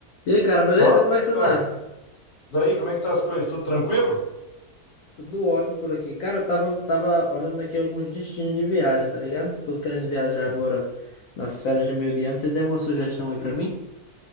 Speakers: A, on the left; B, on the left.
A: E aí, cara, beleza?
B: Fala,
A: Como
B: amigão.
A: é que você tá?
B: Daí, como é que tá as coisas? Tudo tranquilo?
A: Tudo ótimo por aqui. Cara, eu tava, tava olhando aqui alguns destinos de viagem, tá ligado? Tô querendo viajar agora nas férias de meio de ano. Você tem alguma sugestão aí pra mim?